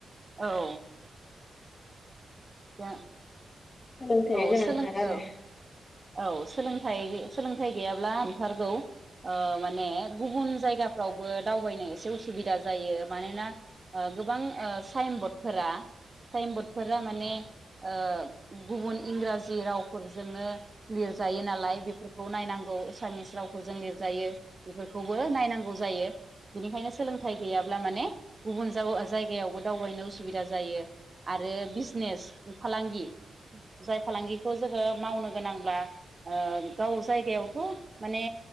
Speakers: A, on the right (about 35°); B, on the left (about 45°).
A: औ दा
B: सोलोंथाइया
A: औ
B: गोनांथार
A: सोलों
B: आरो
A: औ औ सोलोंथाइ सोलोंथाइ गैयाब्ला नथारगौ ओ माने गुबुन जायगाफ्रावबो दावबायनो एसे उसुबिदा जायो मानोना ओ गोबां ओ साइन बरडफोरा साइन बद फोरा माने
B: औ
A: ओ गुबुन इंराजि रावफोरजोंनो लिरजायो नालाय बेफोरखौ नायनांगौ एसामिस रावफोरजों लिरजायो बेफोरखौबो नायनांगौ जायो बिनिखायनो सोलोंथाइ गैयाब्ला माने गुबुन जाव-जायगायावबो दावबायनो उसुबिदा जायो आरो बिजनेस फालांगि जाय फालांगिखौ जोङो मावनो गोनांब्ला ओ गाव जायगायावथ माने